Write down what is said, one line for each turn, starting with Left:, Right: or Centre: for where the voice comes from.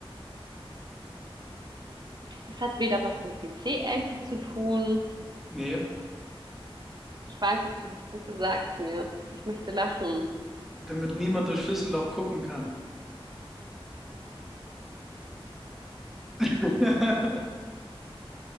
Right: Es hat weder was mit WC-Ente zu tun.
Centre: Nee,
Right: Ich weiß es nicht. Bitte sag's mir. Ich möchte lachen.
Centre: damit niemand durchs Schlüsselloch gucken kann. <laughs>